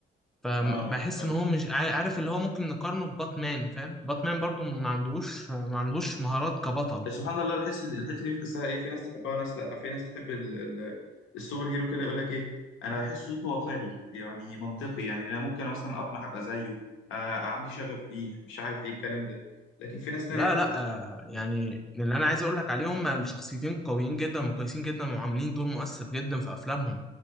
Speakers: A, in the centre; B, on the left (about 80°).
A: فبحس
B: اه آه، فاهمك
A: إن هو مش عا- عارف اللي هو ممكن نقارنه بباتمان فاهم باتمان برضو ما عندوش ما عندوش مهارات كبطل
B: سبحان الله الحس الحته دي بتحسها ايه في ناس تحبها وناس لا في ناس تحب ال... ال... السوبر هيرو كده يقول لك ايه انا بحس صوته واقعي يعني منطقي يعني انا ممكن مثلا اطمح ابقى زيه آه عندي شغف بيه مش عارف ايه الكلام ده لكن في ناس
A: لا
B: تانية
A: لا
B: ت-
A: آه، يعني اللي انا عايز اقول لك عليهم الشخصيتين قويين جدا وكويسين جدا وعاملين دور مؤثر جدا في افلامهم